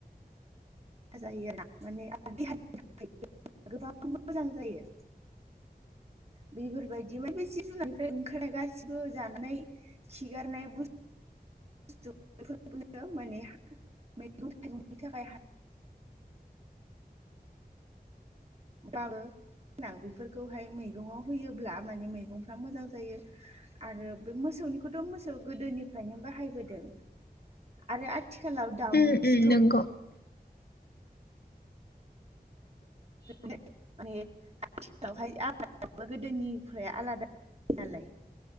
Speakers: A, on the right (about 40°); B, on the left (about 75°).
A: जायो माने आ <unintelligible> देहानि थाखायबो गोबां मोजां जायो। बेफोरबायदि ओफ्राय <unintelligible> बे जिब जुनारनिफ्राय ओंखारनाय गासिबो जाना नायो। खिगारनाय बुस <unintelligible> माने मैगं थाइगंनि थाखाय बाबो गोनां बेफोरखौहाय मैगङाव होयोब्ला माने मैगंफ्रा मोजां जायो। आरो बे मोसौनिखौथ' मोसौ गोदोनिफ्रायनो बाहायबोदों आरो आ आथिखालाव दाउनि
B: उम उम
A: खिखौ
B: नंगौ
A: <inaudible> माने आथिखालावहाय आबादाबो गोदोनिफ्राय आलादा नालाय।